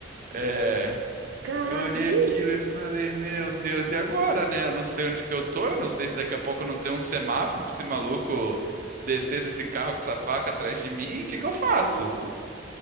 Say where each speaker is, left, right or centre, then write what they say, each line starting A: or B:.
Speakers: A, on the right; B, on the right.
A: É,
B: Caraca,
A: eu olhei
B: e aí?
A: aquilo e falei, meu Deus, e agora, né? Eu não sei onde que eu tô, eu não sei se daqui a pouco não tem um semáforo pra esse maluco descer desse carro com essa faca atrás de mim, o que que
B: Sim,
A: eu faço?